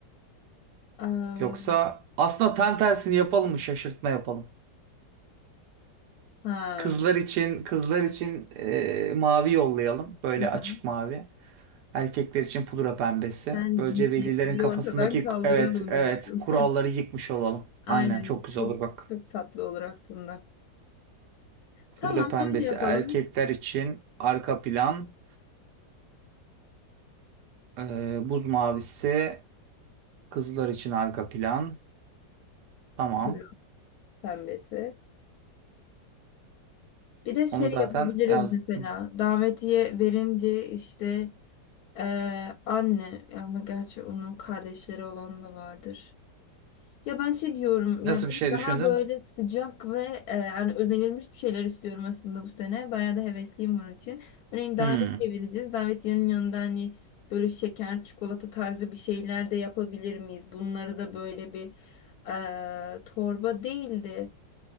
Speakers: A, on the left (about 70°); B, on the right (about 70°).
A: Eee,
B: Yoksa aslında tam tersini yapalım mı? Şaşırtma yapalım.
A: ha,
B: Kızlar için kızlar için e, mavi yollayalım. Böyle
A: aha.
B: açık mavi. Erkekler için pudra pembesi.
A: Sen
B: Böylece
A: cinsiyetçiliği
B: velilerin kafasındaki
A: ortadan kaldıralım
B: evet evet
A: diyorsun.
B: kuralları
A: <laughs>
B: yıkmış olalım.
A: Aynen
B: Aynen çok güzel
A: çok
B: olur bak.
A: çok tatlı olur aslında. Tamam
B: Pudra pembesi
A: öyle yapalım.
B: erkekler için arka plan. E, buz mavisi kızlar için arka plan. Tamam.
A: Duruyor pembesi. Bir de şey
B: Onu zaten
A: yapabiliriz
B: yazdım.
A: mesela davetiye verince işte Ee, anne ama gerçi onun kardeşleri olan da vardır. Ya ben şey diyorum
B: Nasıl
A: ya
B: bir
A: böyle
B: şey
A: daha
B: düşündün?
A: böyle sıcak ve e, yani özenilmiş bir şeyler istiyorum aslında bu sene. Bayağı da hevesliyim bunun için. Örneğin davetiye
B: Hmm.
A: vereceğiz. Davetiyenin yanında hani böyle şeker, çikolata tarzı bir şeyler de yapabilir miyiz? Bunları da böyle bir e, torba değil de